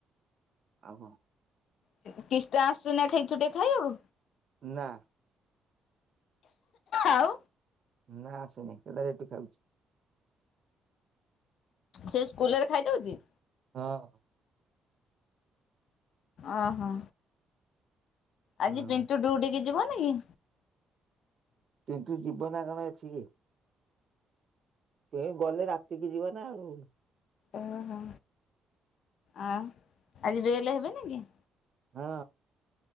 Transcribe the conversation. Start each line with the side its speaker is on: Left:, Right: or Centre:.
Right: ଆଉ କଣ
Left: <unintelligible> ଖେଳ ଛୁଟି କହିବାକୁ?
Right: ନା
Left: ଆଉ
Right: ନା ଆସୁନି କେତେ <unintelligible> ଖାଉଛି।
Left: ସେ ସ୍କୁଲ ରେ ଖାଇଦଉଛି।
Right: ହଁ।
Left: ଓହୋ। ଆଜି
Right: ହଁ
Left: ପିଣ୍ଟୁ ଡିଉଟି କି ଯିବନି କି?
Right: ପିଣ୍ଟୁ ଜୀବନା କଣ ଏଠିକି। ଏଇ ଗଲେ ରାତିକି ଯିବା ନା ଆଉ।
Left: ଓହୋ ଆ ଆଜିିବେଲେ ହେବେ ନେକି?
Right: ହଁ